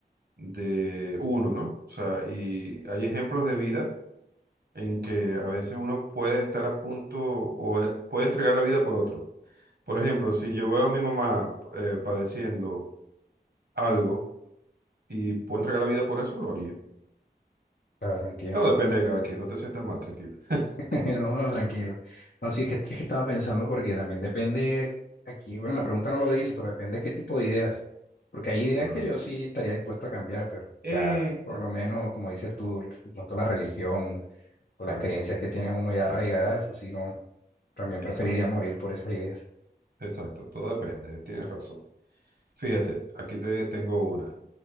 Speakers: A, on the right (about 70°); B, on the left (about 65°).
A: de uno, ¿no? O sea, y hay ejemplos de vida en que a veces uno puede estar a punto o eh, puede entregar la vida por otro. Por ejemplo, si yo veo a mi mamá eh, padeciendo algo y puedo entregar la vida por eso, lo haría.
B: Claro, entiendo.
A: Todo depende de cada quien, no te sientas mal, tranquilo. <laughs>
B: <laughs> No, tranquilo. No, sí, es que, es que estaba pensando porque también depende, aquí, bueno, la pregunta no lo dice, pero depende qué tipo de ideas. Porque hay ideas
A: Claro.
B: que yo sí estaría dispuesto a cambiar, pero
A: Exacto.
B: ya por lo menos, como dices tú, de pronto la religión
A: Exacto,
B: o las creencias que tiene uno ya arraigadas, eso sí, no, también
A: exacto,
B: preferiría morir por esas ideas.
A: exacto, todo depende, tienes razón. Fíjate, aquí te tengo una.